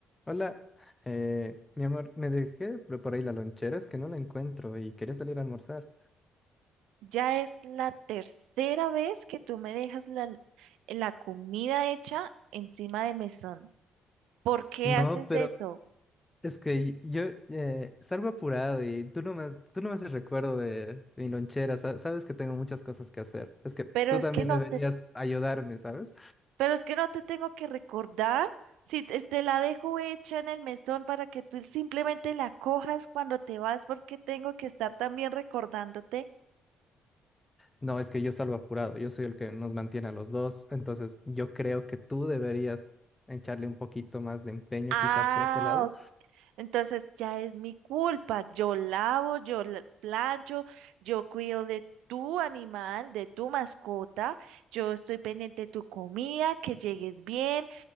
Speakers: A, on the left; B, on the right.
A: Hola, eh, mi amor, me dejé por por ahí la lonchera, es que no la encuentro y quería salir a almorzar.
B: Ya es la tercera vez que tú me dejas la, la comida hecha encima del mesón. ¿Por qué
A: No,
B: haces
A: pero
B: eso?
A: es que yo eh, salgo apurado y tú no me, has- tú no me haces recuerdo de mi lonchera, sa- sabes que tengo muchas cosas que hacer. Es que
B: Pero
A: tú
B: es
A: también
B: que no
A: deberías
B: te,
A: ayudarme, ¿sabes?
B: pero es que no te tengo que recordar si te, te la dejo hecha en el mesón para que tú simplemente la cojas cuando te vas, porque tengo que estar también recordándote.
A: No, es que yo salgo apurado, yo soy el que nos mantiene a los dos, entonces yo creo que tú deberías echarle un poquito más de empeño
B: Ah,
A: quizá por ese lado.
B: Entonces ya es mi culpa. Yo lavo, yo la- plancho, yo cuido de tu animal, de tu mascota, yo estoy pendiente de tu comida, que llegues bien,